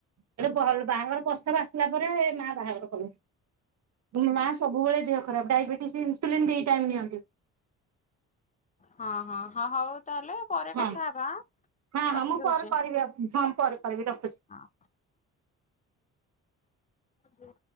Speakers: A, on the right; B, on the left.
A: <unintelligible> ଭଲ ବାହାଘର ପ୍ରସ୍ତାବ ଆସିଲା ପରେ ମା ବାହାଘର କଲେ। ମାଆ ସବୁବେଳେ ଦେହ ଖରାପ ଡାଇବେଟିସ୍ ଇନ୍ସୁଲିନ ଦି ଟାଇମ୍ ନିଅନ୍ତି।
B: ହଁ ହଁ ହଁ ହଉ ତାହେଲେ ପରେ
A: ହଁ
B: କଥା ହେବା ଆଁ।
A: ହଁ
B: ରଖିଦଉଛି
A: ହଁ ମୁଁ ପରେ କରିବି ହଁ ମୁଁ ପରେ କରିବି ରଖୁଛି।
B: ହଁ। ହୁଁ।